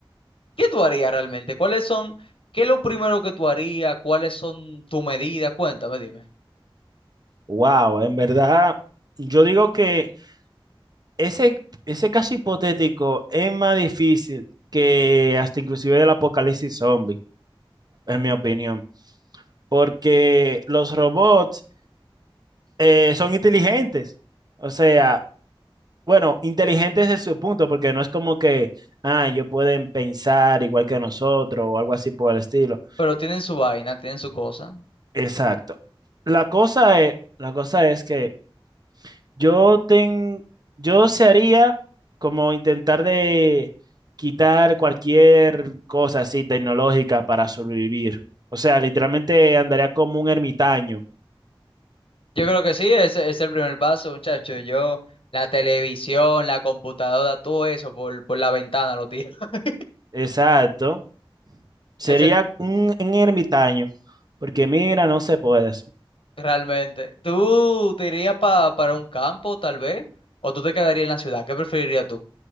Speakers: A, on the left; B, on the right.
A: ¿Qué tú harías realmente? ¿Cuáles son, qué es lo primero que tú harías? ¿Cuáles son tus medidas? Cuéntame, dime.
B: Wow, en verdad, yo digo que ese, ese caso hipotético es más difícil que hasta inclusive del apocalipsis zombie, en mi opinión. Porque los robots eh, son inteligentes. O sea, bueno, inteligentes es su punto, porque no es como que, ah, ellos pueden pensar igual que nosotros o algo así por el estilo.
A: Pero tienen su vaina, tienen su cosa.
B: Exacto. La cosa es, la cosa es que yo ten, yo se haría como intentar de quitar cualquier cosa así tecnológica para sobrevivir. O sea, literalmente andaría como un ermitaño.
A: Yo creo que sí, ese es el primer paso, muchacho. Yo, la televisión, la computadora, todo eso por, por la ventana lo tiro. <laughs>
B: Exacto. Sería
A: Es el,
B: un, un ermitaño, porque mira, no se puede así.
A: realmente. ¿Tú te irías pa- para un campo, tal vez? ¿O tú te quedarías en la ciudad? ¿Qué preferirías tú?